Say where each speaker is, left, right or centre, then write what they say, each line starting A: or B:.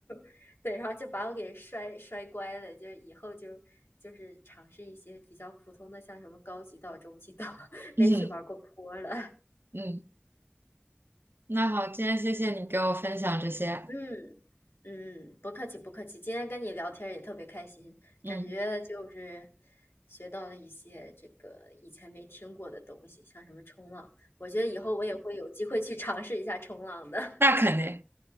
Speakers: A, on the left (about 80°); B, on the right (about 65°).
A: <laughs> 对，然后就把我给摔摔乖了，就是以后就就是尝试一些比较普通的，像什么高级道、中级道，<laughs>
B: 嗯
A: 没去玩过坡了，
B: 嗯，那好，今天谢谢你给我分享这些，
A: 嗯。嗯，不客气不客气，今天跟你聊天儿也特别开心，
B: 嗯，
A: 感觉就是学到了一些这个以前没听过的东西，像什么冲浪，我觉得以后我也会有机会去尝试一下冲浪的。
B: 那肯定，